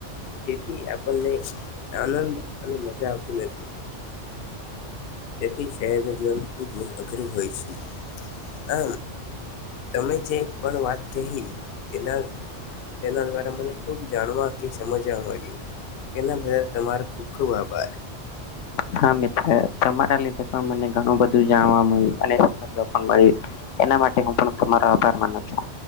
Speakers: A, on the left; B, on the left.
A: જેથી આપણને આનંદ અને મજા આવતી નથી. તેથી શહેરના જીવન ખૂબ અઘરું હોય છે હ. તમે જે પણ વાત કહી તેના. તેના દ્વારા મને ખુબ જાણવા કે સમજવા મળ્યું. તેના બધા તમારો ખૂખ આભાર
B: હા મિત્ર તમારા લીધે પણ મને ઘણું બધું જાણવા મળ્યું અને સમજવા પણ મળ્યું. એના માટે હું પણ તમારો આભાર માનું છું.